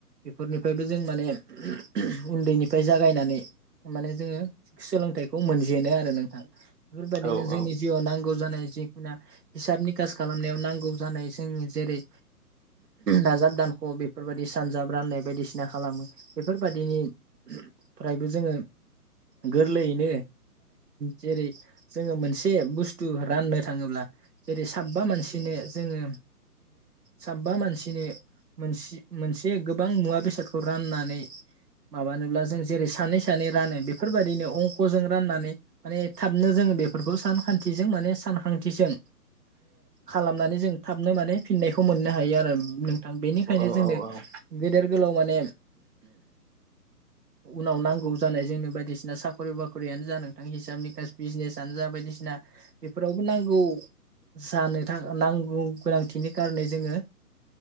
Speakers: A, on the right; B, on the right.
A: बेफोरनिफ्रायबो जों माने उनदैनिफ्राय जागायनानै माने सोलों थाइखौ मोनजेनो आरो नोंथां बेफोरबायदिनो
B: औ
A: जोंनि
B: औ
A: जिउयाव नांगौ जानाय जिखुना हिसाबनि खास खालामनायाव नांगौ जानाय जों जेरै दाजाब दानख' बेफोरबायाददि सानजाब राननाय बायदिसिना खालामो बेफोर बायदिनि फ्रायबो जोङो गोरलैयैनो जेरै जोङो मोनसे बुसथु राननो थाङोब्ला जेरै साबा मानसिनो जोङो साबा मानसिनो मोनसे मोनसे गोबां मुवा बेसादखौ राननानै माबानोब्ला जों जेरै सानै सानै नै रानो बेफोरबायाददिनो अंकजों राननानै माने थाबनो जोङो बेफोरखौ सानखानथिजों माने सानखां थिजों खालामनानै जों थाबनो माने फिननायखौ मोननो हायो आरो। नोंथां बेनिखायनो
B: औ
A: जोंनो गेदेर गोलाव माने उनाव नांगौ जानाय जोंनो बायदिसिना साखरि बाखरियानो जा नोंथां हिसाबनि बिजनेसानो जा बायदिसिना बेफोरावबो नांगौ जानो थाखाय नांगौ गोनांथिनि खार'नै जोङो